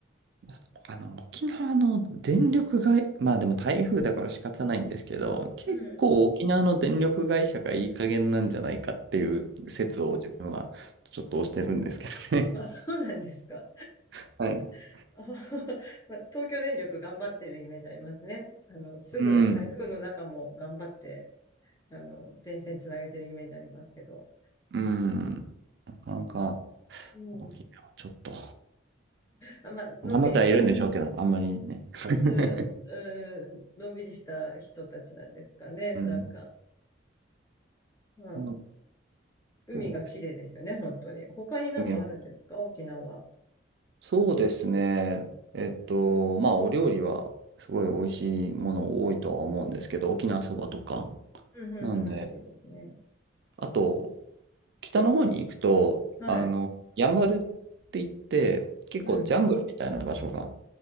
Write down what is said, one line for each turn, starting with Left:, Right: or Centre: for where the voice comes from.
Right: あ、あの、沖縄の電力会、まあでも台風だから仕方ないんですけど、結構沖縄の電力会社がいい加減なんじゃないかっていう説を自分はちょっと推してるんですけどね。
Left: うん。あ、そうなんですか。
Right: <laughs> はい。
Left: <laughs> あははまあ東京電力頑張ってるイメージありますね。あの、すぐ台風の中も頑張って、
Right: うん、
Left: あの、電線つなげてるイメージありますけど。
Right: うん。なかなか。
Left: うん。
Right: 沖縄、ちょっと。
Left: あ、まあ、
Right: 頑張ってはいるんでしょうけど、
Left: のんびりした、
Right: あんまりね。<laughs>
Left: うん、うん、のんびりした人たちなんですかね。
Right: うん。
Left: なんか、まあ
Right: まあ
Left: 海が綺麗ですよね、
Right: そうです
Left: 本当に。他になんかあるんですか沖縄。
Right: ね。そうですね。えっと、まあ、お料理はすごい美味しいもの多いとは思うんですけど、沖縄そばとか。
Left: うん、うん、
Right: なんで、
Left: うん、美味しいですね。
Right: あと、北の方に行くと、
Left: はい。
Right: あの、やんばるって言って、結構ジャングルみたいな場所が
Left: うん。